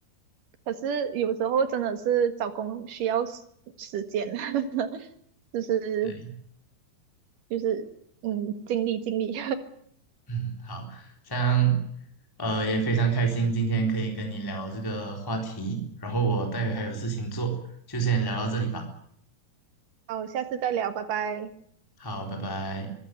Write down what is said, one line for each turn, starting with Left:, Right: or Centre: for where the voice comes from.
Right: 可是有时候真的是找工需要时时间，<laughs> 就是
Centre: 对，
Right: 就是嗯，尽力尽力，
Centre: 嗯，好，这样呃也非常开心今天可以跟你聊这个话题，然后我待会还有事情做，就先聊到这里吧。
Right: <laughs> 好，下次再聊，拜拜。
Centre: 好，拜拜。